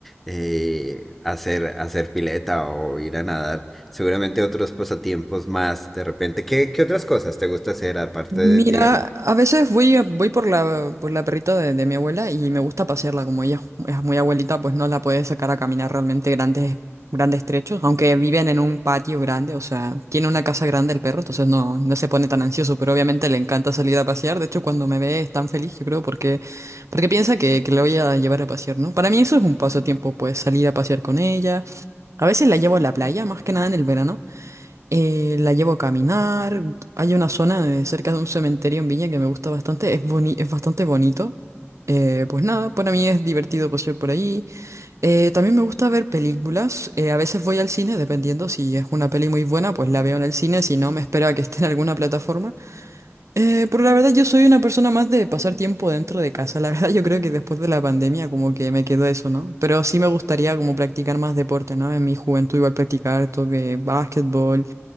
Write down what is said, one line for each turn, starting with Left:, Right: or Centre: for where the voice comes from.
Centre: eh, hacer, hacer pileta o ir a nadar. Seguramente otros pasatiempos más, de repente. ¿Qué, qué otras cosas te gusta hacer aparte
Right: Mira,
Centre: de, digamos,
Right: a veces voy, a- voy por la, por la perrita de, de mi abuela y me gusta pasearla, como ella es muy abuelita, pues no la puede sacar a caminar realmente grandes, grandes trechos, aunque viven en un patio grande, o sea, tiene una casa grande el perro, entonces no, no se pone tan ansioso, pero obviamente le encanta salir a pasear, de hecho cuando me ve es tan feliz, yo creo, porque, porque piensa que, que la voy a llevar a pasear, ¿no? Para mí eso es un pasatiempo, pues salir a pasear con ella. A veces la llevo a la playa, más que nada en el verano. Eh, la llevo a caminar. Hay una zona de- cerca de un cementerio en Viña que me gusta bastante. Es boni- es bastante bonito. Eh, pues nada, para mí es divertido pasear por ahí. Eh, también me gusta ver películas. Eh, a veces voy al cine, dependiendo si es una peli muy buena, pues la veo en el cine. Si no, me espero a que esté en alguna plataforma. Eh, pero la verdad, yo soy una persona más de pasar tiempo dentro de casa. La verdad, yo creo que después de la pandemia como que me quedó eso, ¿no? Pero sí me gustaría como practicar más deporte, ¿no? En mi juventud igual practicar toque, básquetbol.